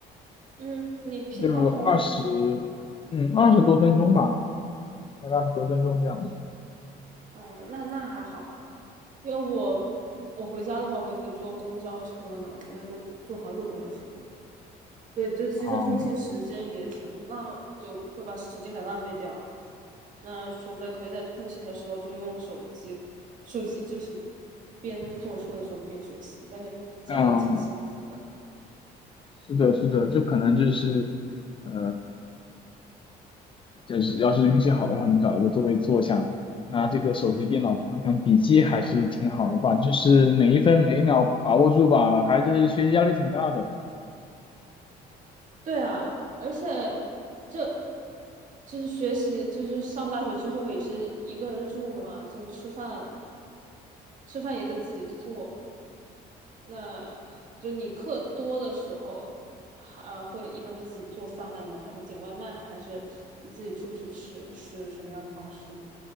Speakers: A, on the right (about 50°); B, on the left (about 30°).
A: 嗯，你平常通勤时间多少？
B: 就二十，嗯，二十多分钟吧，大概二十多分钟这样。
A: 嗯，那那还好啊，因为我我回家的话，我得坐公交车呢，我得坐坐好久公交车。对，就其实通勤时间也挺浪，
B: 嗯
A: 就会把时间给浪费掉。那除非可以在通勤的时候就用手机，手机就是边坐车的时候边学习，但是这样也挺辛苦的。
B: 嗯，是的，是的，这可能就是，呃，就是要是运气好的话，能找到个座位坐下，拿这个手机、
A: 嗯。
B: 电脑看看笔记，还是挺好的吧。就是每一分每一秒把握住吧，还是学习压力挺大的。
A: 对啊，而且这就是学习，就是上大学之后也是一个人住嘛，就吃饭吃饭也得自己做。那就你课多的时候，还呃会一般是自己做饭呢，还是点外卖，还是你自己出去吃，是什么样的方式呢？